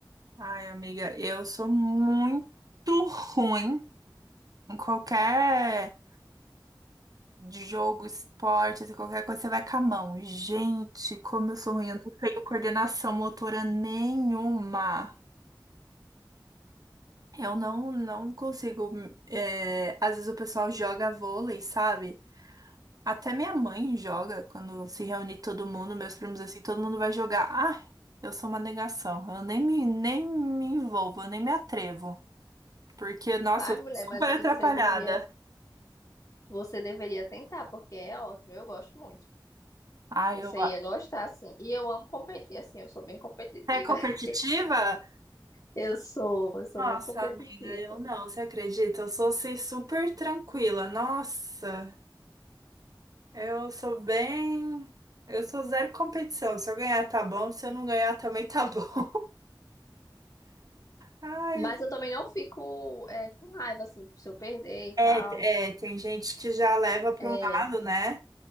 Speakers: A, on the right; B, on the left.
A: Ai, amiga, eu sou muito ruim em qualquer jogo, esporte, assim, qualquer coisa, você vai com a mão. Gente, como eu sou ruim, eu não tenho coordenação motora nenhuma. Eu não, não consigo. é, Às vezes o pessoal joga vôlei, sabe? Até minha mãe joga quando se reúne todo mundo, meus primos assim, todo mundo vai jogar. Ah, eu sou uma negação. Eu nem me, nem me envolvo, eu nem me atrevo. Porque, nossa,
B: Ai,
A: eu
B: mulher,
A: sou
B: mas
A: super
B: você
A: atrapalhada.
B: devia, você deveria tentar, porque é ótimo, eu gosto muito.
A: Ah,
B: Você
A: eu.
B: ia gostar, assim. E eu amo competir, assim, eu sou bem competitiva.
A: É competitiva?
B: <laughs> Eu sou, eu sou
A: Nossa,
B: muito competitiva.
A: amiga, eu não, você acredita? Eu sou assim super tranquila. Nossa, eu sou bem. Eu sou zero competição. Se eu ganhar, tá bom. Se eu não ganhar, também tá bom. <laughs> Ai,
B: Mas
A: eu-
B: eu também não fico, é, com raiva, assim, se eu perder e
A: é,
B: tal.
A: é, tem gente que já leva para
B: É,
A: um lado, né?